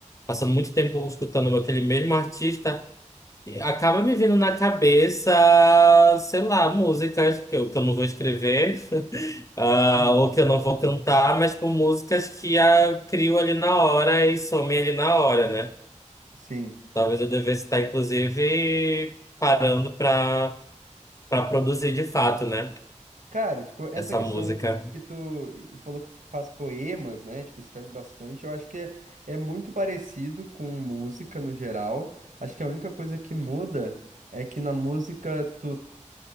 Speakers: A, on the left (about 25°); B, on the right (about 80°).
A: passando muito tempo escutando aquele mesmo artista, acaba me vindo na cabeça, sei lá, músicas que eu, que eu não vou escrever, <laughs> ah,
B: Hum.
A: ou que eu não vou cantar, mas por músicas que ah, crio ali na hora e somem ali na hora, né?
B: Sim.
A: Talvez eu devesse estar, inclusive, parando pra, pra produzir de fato, né?
B: Cara, tipo, essa
A: Essa
B: questão
A: música.
B: que tu falou que faz poemas, né? Tipo, escreve bastante. Eu acho que é, é muito parecido com música no geral. Acho que a única coisa que muda é que na música tu